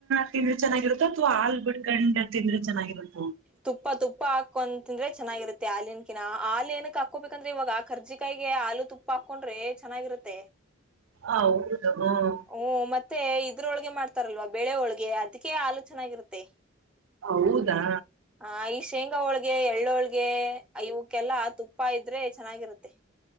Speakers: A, on the right; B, in the centre.
A: ತಿಂದ್ರೆ ಚೆನ್ನಾಗಿರುತ್ತೆ ಅಥವಾ ಹಾಲು ಬಿಡ್ಕಂಡು ತಿಂದ್ರೆ ಚೆನ್ನಾಗಿರುತ್ತೆ
B: ತುಪ್ಪ ತುಪ್ಪ ಹಾಕೊ ತಿಂದ್ರೆ ಚೆನ್ನಾಗಿರುತ್ತೆ ಹಾಲಿಂಕಿನ ಹಾಲ ಏನಕ್ ಹಾಕೋಬೇಕಂದ್ರೆ ಇವಾಗ ಕರ್ಜಿಕಾಯಿಗೆ ಹಾಲು ತುಪ್ಪ ಹಾಕೊಂಡ್ರೆ ಚೆನ್ನಾಗಿರುತ್ತೆ
A: ಹೌದು ಹ್ಮ್
B: ಓ ಮತ್ತೆ ಇದ್ರೊಳಗೆ ಮಾಡ್ತ ರ್ತರಲ್ವಾ ಬೆಳೆ ಒಳಗೆ ಅದಕ್ಕೆ ಆಲೋ ಚೆನ್ನಾಗಿರುತ್ತೆ <inaudible>
A: ಹೌದಾ
B: ಆ ಶೇಂಗಾ ಹೋಳ್ಗೆ ಎಳ್ಳ ಹೋಳ್ಗೆ ಗೆ ಇವಕ್ಕೆಲ್ಲಾ ತುಪ್ಪ ಇದ್ರೆ ಚೆನ್ನಾಗಿರುತ್ತೆ